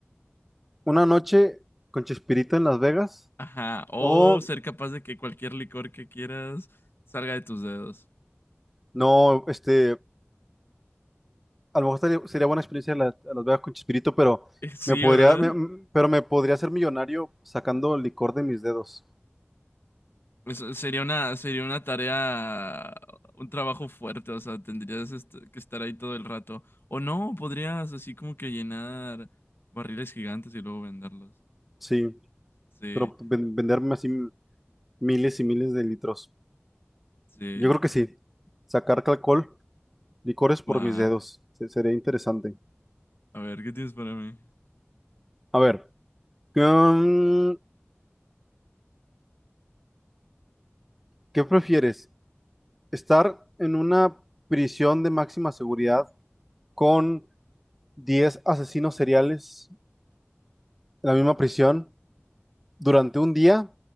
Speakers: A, in the centre; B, on the left.
A: Una noche con Chespirito en Las Vegas.
B: Ajá. ¿O
A: O
B: ser capaz de que cualquier licor que quieras salga de tus dedos?
A: No, este, a lo mejor estaría- sería buena experiencia la- a Las Vegas con Chespirito, pero
B: <laughs> Sí,
A: me podría,
B: ¿verdad?
A: me- m- pero me podría hacer millonario sacando licor de mis dedos.
B: Eso sería una, sería una tarea, un trabajo fuerte, o sea, tendrías est- que estar ahí todo el rato. O no, podrías así como que llenar barriles gigantes y luego venderlos.
A: Sí,
B: Sí,
A: pero ven- venderme así miles y miles de litros.
B: sí,
A: Yo creo que sí. Sacar alcohol, licores por
B: va.
A: mis dedos. Se- sería interesante.
B: A ver, ¿qué tienes para mí?
A: A ver, mm, ¿qué prefieres? ¿Estar en una prisión de máxima seguridad con 10 asesinos seriales en la misma prisión? durante un día